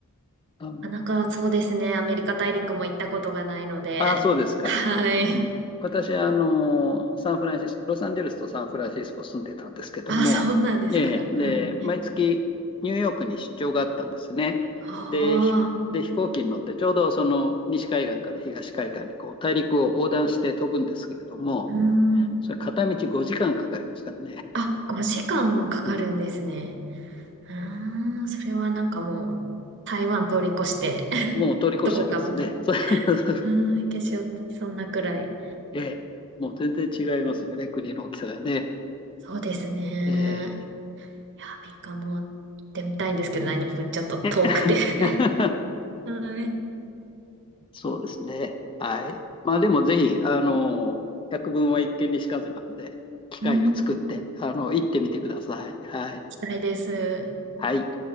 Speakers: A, on the left (about 20°); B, on the right (about 55°).
A: あの
B: なかなかそうですね。アメリカ大陸も行ったことがないので。
A: ああ、そうですか。
B: はい。
A: うん、私はあの、サンフランシスコ、ロサンゼルスとサンフランシスコ住んでたんですけども、
B: あ、そうなんですか。
A: ええ、で、
B: はい。
A: 毎月ニューヨークに出張があったんですね。
B: ああ、
A: で、ひで、飛行機に乗ってちょうどその西海岸から東海岸にこう大陸を横断して飛ぶんですけれども、
B: うーん。
A: それ片道5時間かかりますからね。
B: あ、5時間もかかるんですね。
A: うん、
B: うーん、それはなんかもう、台湾通り越して <laughs>
A: もう通り越しちゃいますね。
B: どこかまで。
A: そう <laughs>
B: うーん、行けしよう、そんなくらい。
A: ええ、もう全然違いますよね、国の大きさがね。
B: そうですね。
A: え
B: いや、アメリカも行ってみたいんですけど、何分ちょっと遠くて
A: え <laughs>
B: <laughs> はい。
A: そうですね。はい。まあでもぜひ、あの、百聞は一見にしかずなんで、機会を作って、
B: うん、行
A: あの、行ってみてください。はい。
B: きたいです。
A: はい。